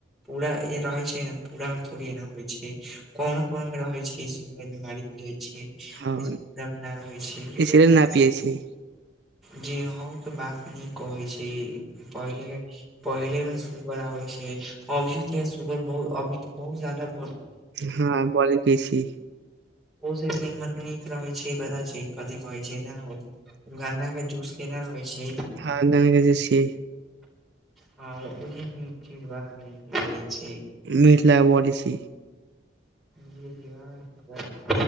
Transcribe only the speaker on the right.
हँ
इसलिए न पियै छी
हँ ब कसी
हँ गाना के जे छी
मिथिला बलै छी